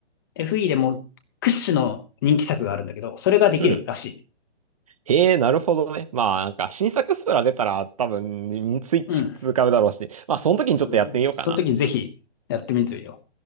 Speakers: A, on the left; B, on the right.
A: FE でも屈指の人気作があるんだけど、それができるらしい。
B: うん。へえ、なるほどね。まあ、なんか新作スプラ出たら多分、スイッチ2買うだろうし、
A: うん。
B: まあ、その時にちょっとやってみようかな。
A: うんその時ぜひやってみてよ。